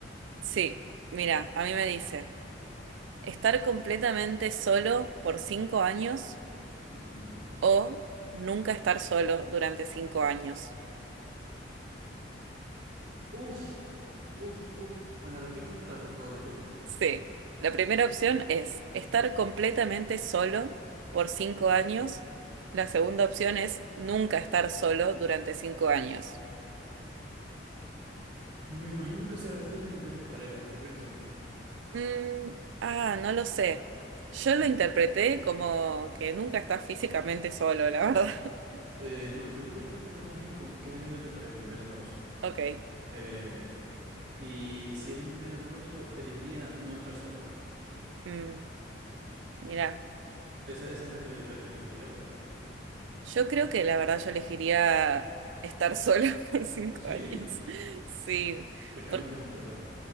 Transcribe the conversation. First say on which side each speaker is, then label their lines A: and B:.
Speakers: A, on the right; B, on the right.
A: sí, mira, a mí me dice. Estar completamente solo por cinco años
B: Ujú.
A: o nunca estar solo durante cinco años.
B: Uf, uf, uf. ¿Me la repites otra vez, por favor? Disculpa.
A: Sí, la primera opción es estar completamente solo por cinco años. La segunda opción es nunca estar solo durante cinco años.
B: Me imagino que se refiere a nivel de pareja, correcto.
A: Mm, ah, no lo sé. Yo lo interpreté como que nunca estás físicamente solo, la verdad. <laughs>
B: Eh, no, yo lo voy a interpretar más bien como que es a nivel de pareja, a nivel amoroso.
A: Ok.
B: Eh, y si es a nivel amoroso, elegiría no estar solo.
A: Mm, mira.
B: Esa, esa es la que, la que elegiría, la verdad.
A: Yo creo que la verdad yo elegiría estar sola <laughs> por cinco
B: Sí,
A: años. Sí,
B: te cae
A: por-
B: mal la gente, ¿verdad?